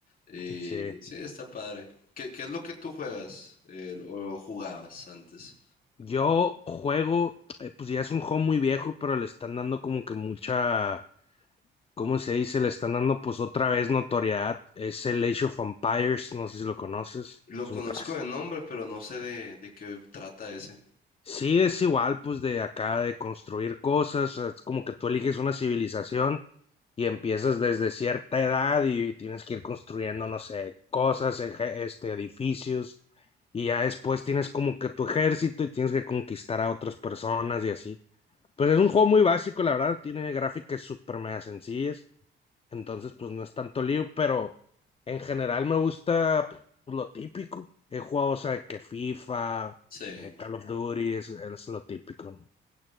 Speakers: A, on the left; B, on the left.
A: Y
B: Sí.
A: sí, está padre. ¿Qué, qué es lo que tú juegas eh, o jugabas antes?
B: Yo juego, eh, pues ya es un juego muy viejo, pero le están dando como que mucha ¿cómo se dice? Le están dando pues otra vez notoriedad. Es el Age of Empires, no sé si lo conoces,
A: Lo
B: es
A: conozco
B: un clásico.
A: de nombre, pero no sé de, de qué trata ese.
B: Sí, es igual pues de acá de construir cosas, es como que tú eliges una civilización y empiezas desde cierta edad y tienes que ir construyendo, no sé, cosas, eje- este, edificios y ya después tienes como que tu ejército y tienes que conquistar a otras personas y así. Pues es un juego muy básico, la verdad, tiene gráficas súper mega sencillas. Entonces, pues no es tanto lío, pero en general me gusta pues, lo típico. He jugado, o sea, que FIFA,
A: Sí.
B: eh, Call of Duty, es, es lo típico. ¿no?